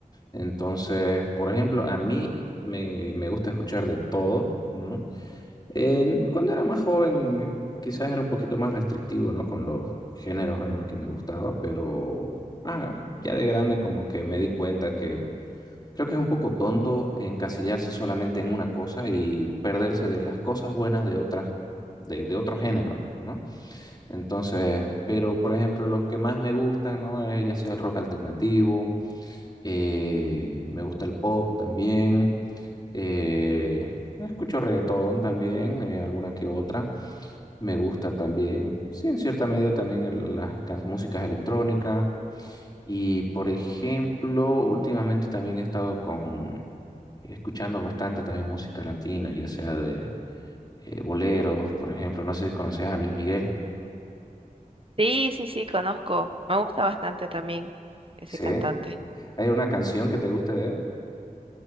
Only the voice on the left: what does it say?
Entonces, por ejemplo, a mí me, me gusta escuchar de todo, ¿no? Eh, cuando era más joven, eh, quizás era un poquito más restrictivo, ¿no? Con los géneros en los que me gustaba, pero ah, ya de grande como que me di cuenta que creo que es un poco tonto encasillarse solamente en una cosa y perderse de las cosas buenas de otras, de, de otros géneros, ¿no? Entonces, pero por ejemplo, los que más me gustan, ¿no? Eh, ya sea el rock alternativo, eh, me gusta el pop también, eh, escucho reggaetón también, eh, alguna que otra. Me gusta también, sí, en cierta medida también el- las can- músicas electrónicas. Y por ejemplo, últimamente también he estado con, escuchando bastante también música latina, ya sea de eh, boleros, por ejemplo. No sé si conoces a Luis Miguel.
Sí.
¿Hay una canción que te guste de él?